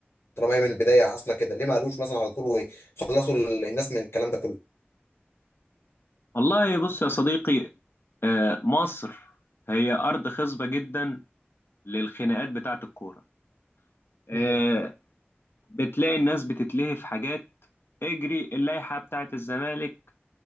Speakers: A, on the left (about 80°); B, on the left (about 60°).
A: طالما هي من البداية حاصلة كده ليه ما قالوش مثلا على طول وخلصوا الناس من الكلام ده كله؟
B: والله بص يا صديقي آه، مصر هي أرض خصبة جدا للخناقات بتاعة الكورة آه،
A: امم
B: بتلاقي الناس بتتلهي في حاجات اجري اللائحة بتاعة الزمالك